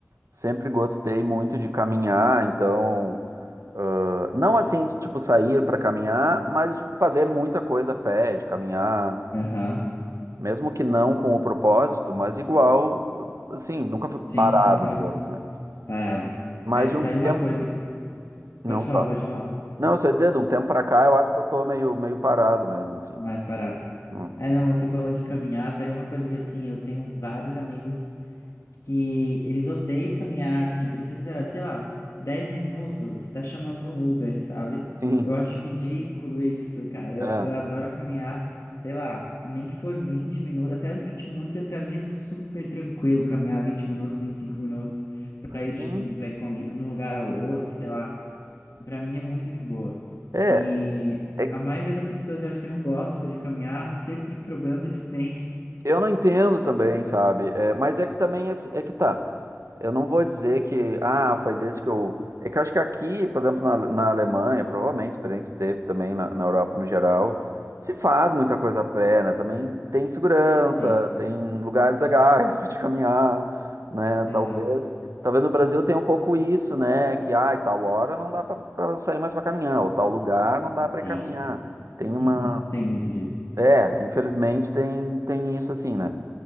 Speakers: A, on the right; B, on the left.
A: Sempre gostei muito de caminhar, então, ah, não assim, de, tipo, sair para caminhar, mas de fazer muita coisa a pé, de caminhar.
B: Aham.
A: Mesmo que não com o propósito, mas igual, assim, nunca fui
B: Sim,
A: parado,
B: sim, claro.
A: digamos, né?
B: Parado.
A: Mas
B: É,
A: de
B: tá
A: um
B: aí uma
A: tempo.
B: coisa.
A: Não,
B: Pode falar,
A: fala.
B: pode falar.
A: Não, você ia dizer, de um tempo pra cá, eu acho que eu tô meio, meio parado mesmo, assim.
B: Mais parado.
A: Hum.
B: É, não, você falou de caminhar, tá aí uma coisa que assim, eu tenho vários amigos. que eles odeiam caminhar, assim, precisa, sei lá, 10 minutos, tá chamando um Uber, sabe?
A: Sim,
B: Eu acho ridículo isso, cara. Eu,
A: é.
B: eu adoro caminhar, sei lá, nem que for 20 minutos, até os 20 minutos é, pra mim é super tranquilo caminhar 20 minutos, 25 minutos, pra
A: Sim,
B: ir, tipo, pra encon- ir de um lugar ao outro, sei lá. Pra mim é muito de boa.
A: é.
B: E
A: É
B: a maioria das pessoas eu acho que não gosta de caminhar, não sei o que problemas eles têm.
A: Eu não entendo também, sabe? É, mas é que também, assim, é que tá. Eu não vou dizer que, ah, foi desse que eu. É que eu acho que aqui, por exemplo, na, na Alemanha, provavelmente, experiência que teve também na, na Europa no geral, se faz muita coisa a pé, né? Também tem segurança,
B: Sim,
A: tem lugares legais <laughs> para te caminhar, né? Talvez.
B: exato.
A: Talvez no Brasil tenha um pouco isso, né? Que, ah, tal hora não dá para sair mais para caminhar, ou tal lugar não dá
B: Sim.
A: para ir caminhar. Tem uma.
B: Uhum. Tem muito disso.
A: É, infelizmente tem, tem isso assim, né?